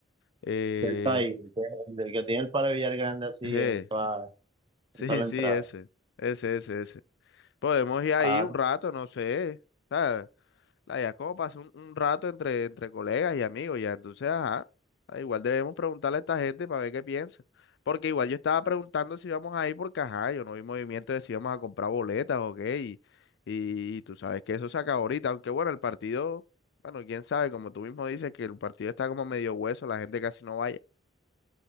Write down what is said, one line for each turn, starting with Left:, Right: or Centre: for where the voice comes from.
Left: Eh,
Right: Del país, el del que tiene el palo de billar grande
Left: <laughs>
Right: así
Left: je,
Right: en toda,
Left: sí,
Right: en toda la
Left: sí,
Right: entrada.
Left: ese, ese, ese, ese. Podemos ir ahí
Right: Ah,
Left: un rato, no sé. ¿sabes? La idea es como pasar un, un rato entre, entre colegas y amigos, ya. Entonces, ajá. ah, Igual debemos preguntarle a esta gente para ver qué piensa. Porque igual yo estaba preguntando si íbamos a ir porque, ajá, yo no vi movimiento de si íbamos a comprar boletas o qué. Y, y, y tú sabes que eso se acaba ahorita. Aunque bueno, el partido, bueno, quién sabe, como tú mismo dices, que el partido está como medio hueso, la gente casi no vaya.